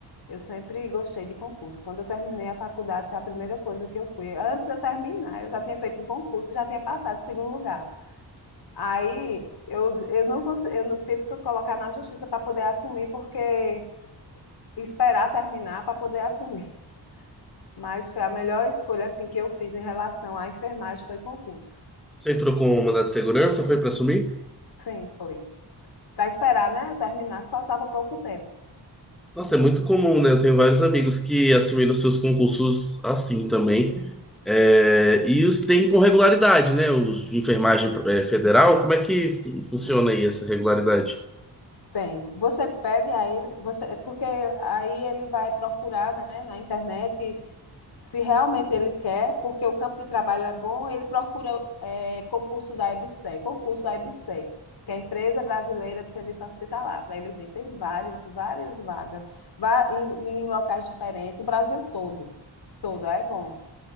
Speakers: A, on the left; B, in the centre.
A: Eu sempre gostei de concurso. Quando eu terminei a faculdade, foi a primeira coisa que eu fui. Antes de eu terminar, eu já tinha feito um concurso, já tinha passado em segundo lugar. Aí eu, eu não consegui, eu não- tive que colocar na justiça para poder assumir, porque esperar terminar para poder assumir. Mas foi a melhor escolha assim que eu fiz em relação à enfermagem, foi concurso.
B: Você entrou com o mandato de segurança, foi para assumir?
A: Sim, foi. Para esperar, né, eu terminar, que faltava pouco tempo.
B: Nossa, é muito comum, né? Eu tenho vários amigos que assumiram seus concursos assim também. É, e os tem com regularidade, né? Os de enfermagem é, federal, como é que fun- funciona aí essa regularidade?
A: Tem. Você pede a ele, você, é porque aí ele vai procurar, né, na internet se realmente ele quer, porque o campo de trabalho é bom, ele procura é, concurso da EBSER, concurso da EBSER, que é a Empresa Brasileira de Serviço Hospitalar, para ele ver. Tem várias, várias vagas, va- em, em locais diferentes, o Brasil todo. Todo, é bom